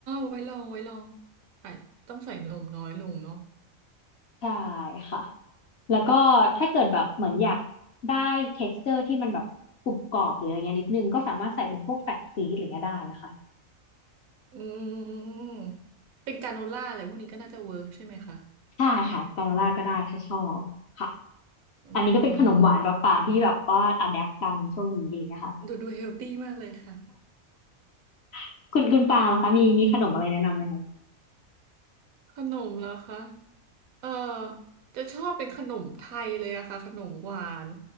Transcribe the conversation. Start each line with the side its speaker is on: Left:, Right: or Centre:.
Right: ไว้ลองไว้ลองอ่ะต้องใส่นมน้อยลงเนาะ
Left: ใช่ค่ะแล้วก็ถ้าเกิดแบบเหมือนอยากได้ texture ที่มันแบบกรุบกรอบหรืออะไรเงี้ยนิดนึงก็สามารถใส่เป็นพวกแฟกซีดอะไรเงี้ยได้นะคะ
Right: อืม เป็นกราโนล่าอะไรพวกนี้ก็น่าจะเวิร์กใช่ไหมคะ
Left: ใช่ค่ะกราโนล่าก็ได้ถ้าชอบค่ะ
Right: อืม
Left: อันนี้ก็เป็นขนมหวานแบบป่างที่แบบว่าอะแดปกันช่วงนี้อะไรอย่างเงี้ยค่ะ
Right: ดูดูเฮลตี้มากเลยค่ะ
Left: <laughs> คุณคุณปางล่ะคะมีมีขนมอะไรแนะนำไหมคะ
Right: ขนมเหรอคะ เออ จะชอบเป็นขนมไทยเลยอะค่ะขนมหวาน